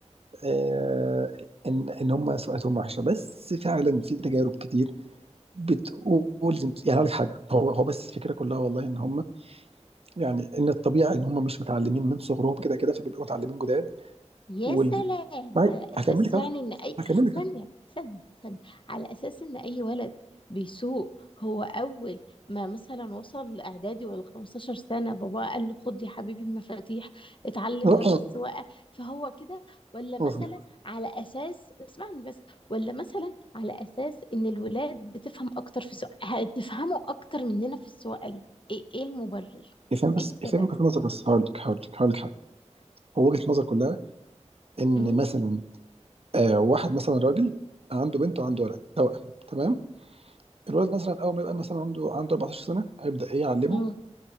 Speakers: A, on the right (about 55°); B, on the left (about 45°).
A: آه ان ان هم سمعتهم وحشه بس فعلا في تجارب كتير بتقول يعني هقول لك حاجه هو هو بس الفكره كلها والله ان هم يعني ان الطبيعي ان هم مش متعلمين من صغرهم كده كده فبيبقوا متعلمين جداد
B: يا
A: وال
B: سلام
A: معايا؟
B: على
A: هكمل
B: اساس
A: لك اهو
B: يعني ان اي
A: هكمل لك
B: ثانيه
A: اهو
B: ثانيه ثانيه على اساس ان اي ولد بيسوق هو اول ما مثلا وصل اعدادي ولا 15 سنه بابا قال له خد يا حبيبي المفاتيح اتعلم
A: لا،
B: يلا
A: اه
B: السواقه فهو كده ولا
A: وصل.
B: مثلا على اساس اسمعني بس ولا مثلا على اساس ان الولاد بتفهم اكتر في السواقه هتفهموا اكتر مننا في السواقه ليه ايه إيه المبرر
A: افهم بس
B: ايه السبب
A: افهم وجهه نظر بس هقول لك هقول لك هقول لك هو وجهة نظر كلها ان
B: امم
A: مثلا آه واحد مثلا راجل عنده بنت وعنده ولد توأم تمام الولد مثلا اول ما يبقى مثلا عنده عنده 14 سنه هيبدا ايه يعلمه
B: إمم،